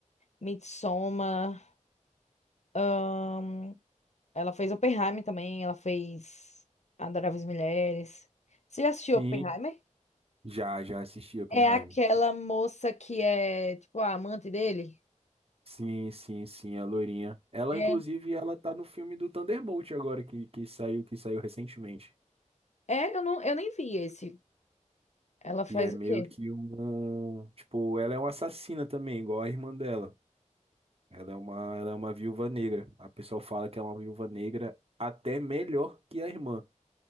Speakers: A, on the left; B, on the right.
A: Midsommar. ahn, ela fez Oppenheimer também. Ela fez Adoráveis Mulheres. Você já assistiu
B: Sim,
A: Oppenheimer?
B: já, já assisti Oppenheimer.
A: É aquela moça que é, tipo, a amante dele?
B: Sim, sim, sim, a loirinha. Ela,
A: É.
B: inclusive, ela tá no filme do Thunderbolt agora, que, que saiu, que saiu recentemente.
A: É, eu, não, eu nem vi esse. Ela faz
B: Que é meio
A: o quê?
B: que um... Tipo, ela é uma assassina também, igual a irmã dela. Ela é uma, ela é uma viúva negra. A pessoa fala que é uma viúva negra até melhor que a irmã.